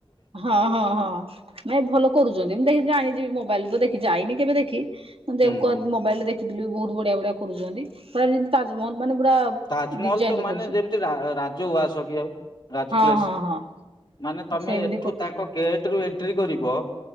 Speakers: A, on the right; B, on the left.
A: ହଁ- ହଁ- ହଁ ନାଇଁ ଭଲ କରୁଚନ୍ତି ଦେ ଜାଣିଚି ମୋବାଇଲରେ ତ ଦେଖିଚି ଯାଇନି କେବେ ଦେଖି। ଉଁ ଦେ
B: ହୁଁ
A: କ ମୋବାଇଲ ରେ ଦେଖିଥିଲୁ ବହୁତ ବଢିଆ ବଢିଆ କରୁଚନ୍ତି, ପୁରା ଯେମତି ତାଜମହଲ। ମାନେ ପୁରା
B: ତାଜମହଲ
A: ଡିଜାଇନ
B: ତ
A: ରେ
B: ମାନେ
A: କରୁଛନ୍ତି
B: ଯେମତି ରା ରାଜଉଆସ କି ଆଉ ରାଜପ୍ଲେସ।
A: ହଁ ହଁ ହଁ
B: ମାନେ ତମ ତମେ
A: ସେମିତି
B: ଏଠୁ
A: କରୁଛନ୍ତି
B: ତାଙ୍କ ଗେଟରୁ ଏଣ୍ଟ୍ରିକରିବ,